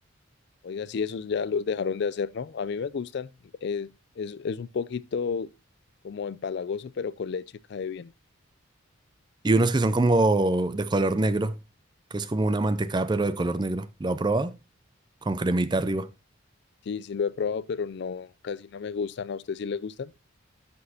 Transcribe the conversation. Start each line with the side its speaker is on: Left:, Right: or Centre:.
Left: Oiga, sí, esos ya los dejaron de hacer, ¿no? A mí me gustan. eh, es, es un poquito como empalagoso, pero con leche cae bien.
Right: Y unos que son como de color negro, que es como una mantecada pero de color negro. ¿Lo ha probado? Con cremita arriba.
Left: Sí, sí lo he probado, pero no, casi no me gustan. ¿A usted sí le gustan?